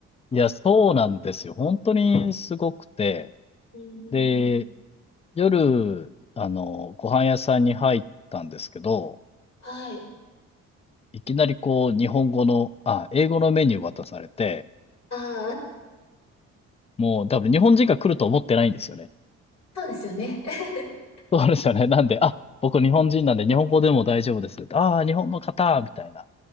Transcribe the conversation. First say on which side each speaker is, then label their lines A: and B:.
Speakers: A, on the left (about 20°); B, on the left (about 60°).
A: いや、そうなんですよ。本当にすごくて。
B: <laughs> うんうんうん。
A: で、夜、あの、ご飯屋さんに入ったんですけど、
B: はい。
A: いきなりこう、日本語の、あ、英語のメニュー渡されて、
B: ああ、
A: もう多分日本人が来ると思ってないんですよね。
B: そうですよね。<laughs>
A: そうですよね。なんで、あ、僕日本人なんで日本語でも大丈夫です。ああ、日本の方みたいな、